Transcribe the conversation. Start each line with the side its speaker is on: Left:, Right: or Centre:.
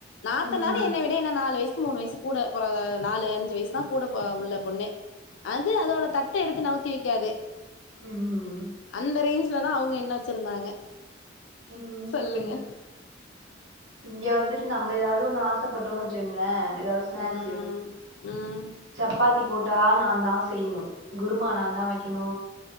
Left: நாத்தனாரு
Right: ம்
Left: என்ன விட என்ன நாலு வயசு மூணு வயசு கூட போற நாலு அஞ்சு வயசு தா கூட போ உள்ள பொண்ணு அது அதோட தட்ட எடுத்து நவுத்தி வைக்காது
Right: ம்
Left: அந்த ரேஞ்லதா அவுங்க என்ன வச்சிருந்தாங்க
Right: ம்
Left: சொல்லுங்க
Right: இங்க வந்துட்டு நம்ம எதாது ஒண்ணு ஆசைப்பட்டோனு வச்சுக்கோங்ளே எதாது ஸ்நாக்ஸு
Left: ம் ம்
Right: சப்பாத்தி போட்டா நா தா செய்யுணு குருமா நா தா வைக்கணு